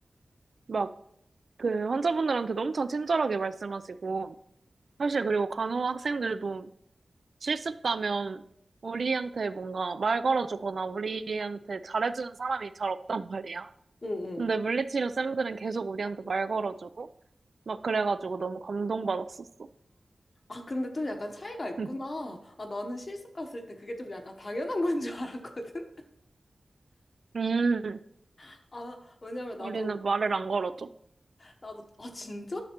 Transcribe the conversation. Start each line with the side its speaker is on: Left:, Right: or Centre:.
Right: 막 그 환자분들한테도 엄청 친절하게 말씀하시고, 사실 그리고 간호 학생들도 실습 가면 우리한테 뭔가 말 걸어주거나 우리한테 잘해주는 사람이 잘 없단 말이야.
Left: 응, 응.
Right: 근데 물리치료 쌤들은 계속 우리한테 말 걸어주고, 막 그래가지고 너무 감동받았었어.
Left: 아, 근데 좀 약간 차이가 있구나.
Right: <laughs>
Left: 아, 나는 실습 갔을 때 그게 좀 약간 당연한 건 줄 알았거든?
Right: 음,
Left: <laughs> 아, 왜냐면
Right: 우리는
Left: 나도,
Right: 말을 안 걸어줘.
Left: 나도, 아, 진짜?